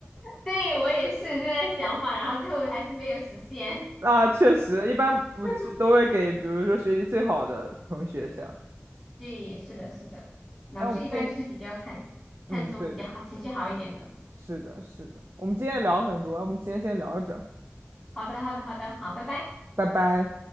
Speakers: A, in the centre; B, on the right (about 60°).
A: 对，我也是这个想法，然后最后还是没有实现。
B: 啊，确实，一般不是都会给，
A: <laughs>
B: 比如说学习最好的同学这样。
A: 对，是的，是的，老师一般就是比较看看重比较好，
B: 哎，我们今天，嗯，对对，
A: 成绩好一点的。
B: 是的，是的，我们今天也聊很多，哎我们今天先聊着。
A: 好的，好的，好的，好，拜拜。
B: 拜拜。